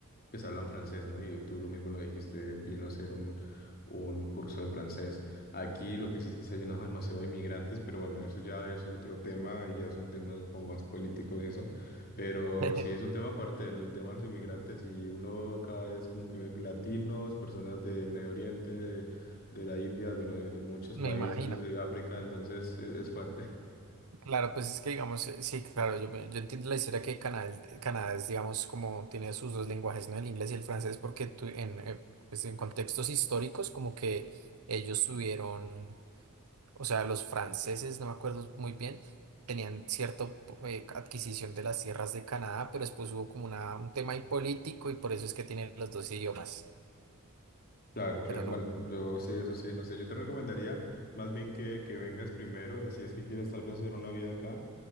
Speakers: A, on the left; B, on the right.
A: pues hablan francés, ¿no? Y tú lo mismo lo dijiste, vino a hacer un, un curso de francés. Aquí lo que sí es que se ha llenado <laughs> demasiado de inmigrantes, pero bueno, eso ya es otro tema y ya son temas como más políticos y eso. Pero
B: <laughs>
A: sí es un tema fuerte el, el tema de los inmigrantes y uno acá es como que latinos, personas de Medio Oriente, de, de la India, bueno, de, de muchos
B: me
A: países
B: imagino.
A: de África, entonces es, es fuerte.
B: Claro, pues es que digamos, eh, sí, claro, yo, yo entiendo la historia que Canadá, el- Canadá es, digamos, como tiene sus dos lenguajes, ¿no? El inglés y el francés, porque tu- en, eh, pues en contextos históricos, como que ellos tuvieron, o sea, los franceses, no me acuerdo muy bien, tenían cierta adquisición de las tierras de Canadá, pero después hubo como una, un tema ahí político y por eso es que tienen los dos idiomas,
A: Claro, claro.
B: pero no.
A: Bueno, yo sí, eso sí, no sé. Yo te recomendaría más bien que, que vengas primero, o sea, si es que quieres tal vez hacer una vida acá,